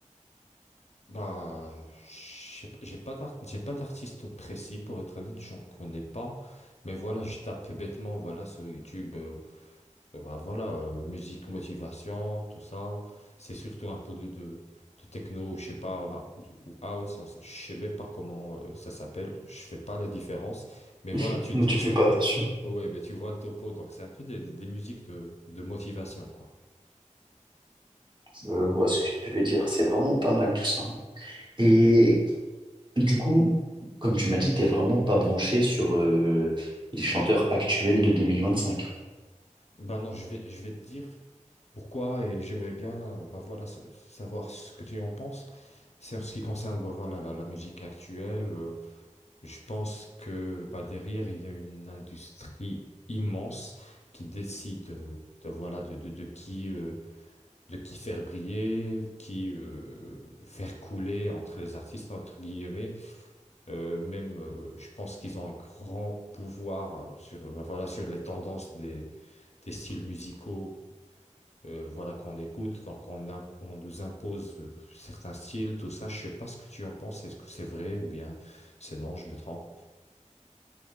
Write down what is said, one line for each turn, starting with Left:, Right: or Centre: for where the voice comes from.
Left: Bah, je sais pas- j'ai pas d'art- j'ai pas d'artiste précis pour être honnête, j'en connais pas. Mais voilà, je tape bêtement, voilà, sur YouTube, euh, euh, bah voilà, euh, musique, motivation, tout ça. C'est surtout un peu de, de, de techno, je sais pas, ou house, on sait- je sais même pas comment euh, ça s'appelle. Je fais pas la différence. Mais voilà,
Right: <laughs>
Left: tu, tu,
Right: Tu
Left: tu,
Right: fais pas
Left: ouais,
Right: attention.
Left: ouais, mais tu vois le topo. Donc c'est un peu des, des des musiques de, de motivation, quoi.
Right: Euh, je vois ce que tu veux dire. C'est vraiment pas mal tout ça. hein. Et du coup, comme tu m'as dit, t'es vraiment pas branché sur euh, les chanteurs actuels de 2025.
Left: Ben non, je vais, je vais te dire. pourquoi et j'aimerais bien euh, bah voilà sa- savoir ce que tu en penses. C'est en ce qui concerne bah voilà la, la musique actuelle. euh, je pense que bah derrière il y a une industrie immense qui décide euh, de, voilà de de, de qui euh, de qui faire briller, qui euh, faire couler entre les artistes entre guillemets. Euh, même euh, je pense qu'ils ont un grand pouvoir euh, sur bah voilà sur les tendances des des styles musicaux euh, voilà, qu'on écoute, donc on, im- on nous impose euh, certains styles, tout ça. Je sais pas ce que tu en penses, est-ce que c'est vrai ou bien c'est non, je me trompe.